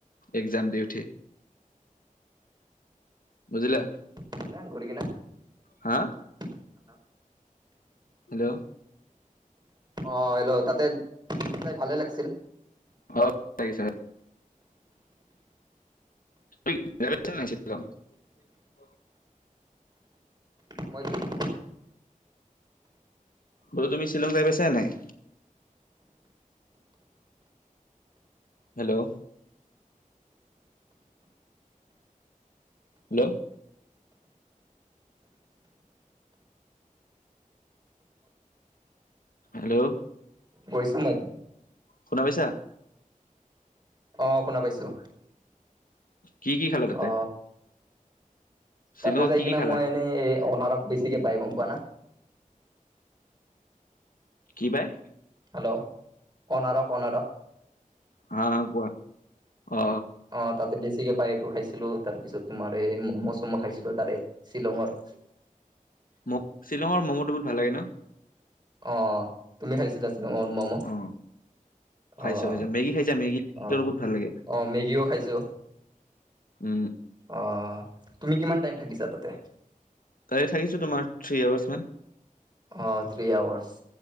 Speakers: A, on the left; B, on the right.
A: একজাম দি উঠি বুজিলা।
B: <unintelligible>
A: হা।
B: <unintelligible>
A: হেল্ল'
B: অ হেল্ল' তাতে <unintelligible> যাই ভালে লাগিছিল।
A: অপ <unintelligible> লাগিছে। <unintelligible> <inaudible>
B: মই <unintelligible>
A: বাৰু তুমি শ্বিলং যাই পাইছা নাই। হেল্ল' হেল্ল' হেল্ল'
B: গৈছা নাক
A: শুনা পাইছা?
B: অ শুনা পাইছো।
A: কি কি খেলা তাতে?
B: অ
A: শ্বিলঙত
B: তাতে যাই
A: কি
B: কিনা
A: কি খালা
B: মই এনেই এই অনাৰখ বেছিকে পাই গম পোৱা না।
A: কি পায়?
B: হেল্ল' অনাৰক অনাৰক।
A: হা হা কোৱা? অ।
B: অ তাতে বেছিকে পাই এইটো খাইছিলো তাৰ পিছত তোমাৰ এই ম'ম'-চম' খাইছিলো তাৰে শ্বিলঙৰ।
A: ম শ্বিলঙৰ মম'টো বহুত ভাল লাগে ন?
B: অ তুমি খাইছিলা শ্বিলংৰ ম'ম?
A: অ', খাইছো
B: অঅ
A: খাইছো মেগী খাইছা মেগী টো বহুত ভাল লাগে।
B: অ মেগীও খাইছো।
A: উ।
B: অ তুমি কিমান টাইম থাকিছা তাতে।
A: তাৰে থাকিছো তোমাৰ থ্ৰী আৱাৰ্চ মান।
B: অ থ্ৰী আৱাৰছ